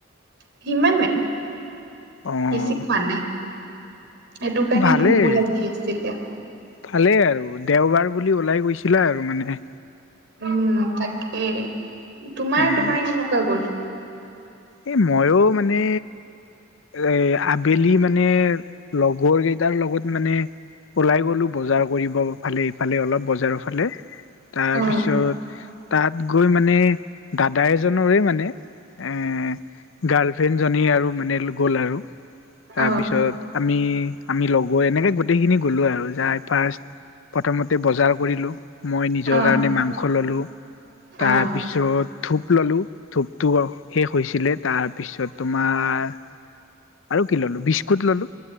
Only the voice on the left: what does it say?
অ'।
ভালেই
ভালেই আৰু দেওবাৰ বুলি ওলাই গৈছিলা আৰু মানে।
উম,
এই ময়ো মানে, এই আবেলি মানে লগৰ কেইটাৰ লগত মানে ওলাই গ'লো বজাৰ কৰিব ফালে ইফালে অলপ বজাৰৰ ফালে। তাৰপিছত
তাত গৈ মানে দাদা এজনৰে মানে এ গাৰ্ল ফ্ৰেড জনি আৰু মানে গল আৰু। তাৰপিছত
আমি আমি লগৰ এনেকে গোটেইখিনি গ'লো আৰু যাই ফাৰ্ষ্ট প্ৰথমতে বজাৰ কৰিলোঁ। মই নিজৰ
কাৰণে মাংস ললো। তাৰপিছত
ধূপ ললো, ধূপটো সেষ হৈছিলে। তাৰপিছত তোমাৰ আৰু কি ল'লো, বিস্কুট ক'ত ললোঁ?